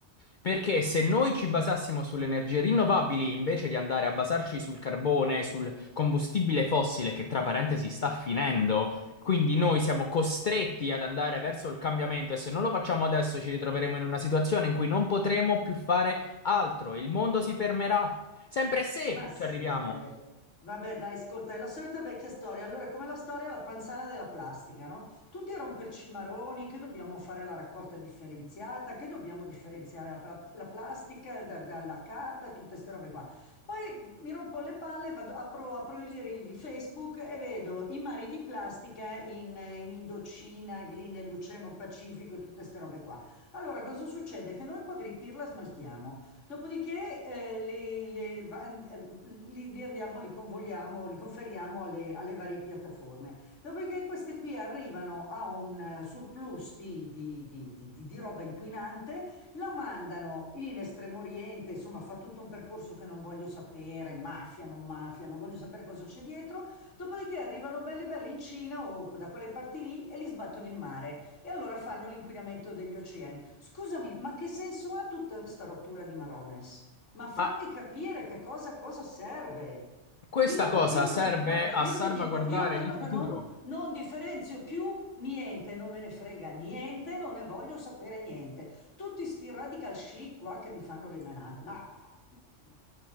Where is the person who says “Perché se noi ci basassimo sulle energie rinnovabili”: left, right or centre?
Left